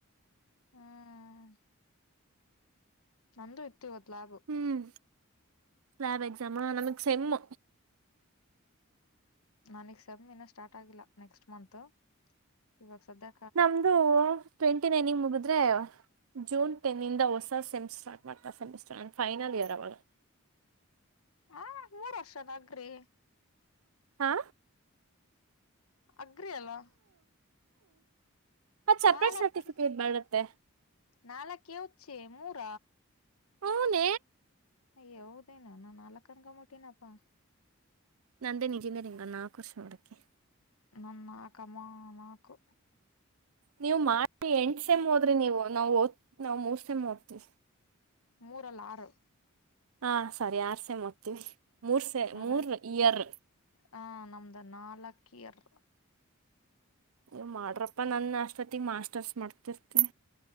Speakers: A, on the left (about 80°); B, on the right (about 75°).
A: ಹ್ಮ್ ನಂದುೂ ಇತ್ತು ಇವತ್ ಲಾಗು
B: ಹ್ಮ್ ಸ್ಲಾಬ್ ಎಕ್ಸಾಮ ನಮಗೆ ಸೆಮ್ಮ
A: ನನಗ್ ಸೆಮ್ ಇಿನ ಸ್ಟಾರ್ಟ್ ಆಗಿಲ್ಲ ನೆಕ್ಸ್ಟ್ ಮಂತ್ ಇವಾಗ ಸದ್ಯ
B: ನಮ್ದು ಟ್ವೆಂಟಿ ನೈನಂಗ ಮುಗಿದ್ರೆ ಜೂನ್ ಟೆನ್ನಂದ ಹೊಸ ಸೆಮಿಸ್ಟರ್ ಸ್ಟಾರ್ಟ್ತಾರೆ ಸೆಮಿಸ್ಟರ್ ನನ್ನ ಫೈನಲ್ ಇಯರ್ ಅವವಾಗ
A: ಹ ಮೂರ್ ವರ್ಷದಾಗ್ರಿ
B: ಹಾ
A: ಅಗ್ರಿ ಅಲ್ವಾ
B: ಆ ಸೆಪರೇಟೆಡ್
A: ನಾಲ್ಕಿ
B: ಸರ್ಟಿಫಿಕೇಟ್ ಮಾಡತ್ತೆ
A: ನಾಲ್ಕ ಹಚ್ಚಿ ಮೂರ
B: ಹೂನ
A: ಯಾವದೇನು ನಾನ್ ನಾಲ್ಕ ಕನ್ಕ ಮುಟ್ಟನಪ್ಪಾ
B: ನಂದೇ ನಿಜ ಮೇ ನಾಕು ವರ್ಷ ಮಾಡಡಕಕ್ಕೆ
A: ನ ನಾಕಮ್ಮ ನಾಕ <inaudible>
B: ನೀವು್ ಮಾಡಿ ಎಂಟು ಸಮ್ ಹೋದ್ರಿ ನೀವು ನಾವುಓದ ನಾವವು ಮೂರ್ ಸೆಮ್ ಓದ್ತೀ.
A: ಮೂರ ಅಲ್ಲ ಆರು
B: ಹಾ ಸರಿ ಆರ್ ಸೆ ಮಾಡತೀವಿ ಮೂರ್ ಸೆ
A: ನಾವೆರಡು
B: ಮೂರ್ ಇಯರ್
A: ಹ ನಮ್ದ ನಾಲ್ಕಿಯರ್
B: ನೀ ಮಾಡ್ರಪ್ಪಾ ನನ್ ಅಷ್ಟೊತ್ತಿಗೆ ಮಾಸ್ಟರ್ಸ್ ಮಾಡ್ತಿರ್ತೆ